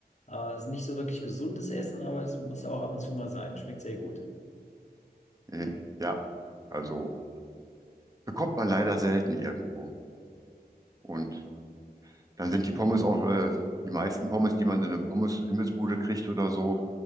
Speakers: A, on the left; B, on the right.
A: Äh, ist nicht so wirklich gesundes Essen, aber es muss auch ab und zu mal sein. Schmeckt sehr gut.
B: Äh, ja, also bekommt man leider selten irgendwo. Und Dann sind die Pommes auch, äh, die meisten Pommes, die man in eine Pommes-Imbissbude kriegt oder so,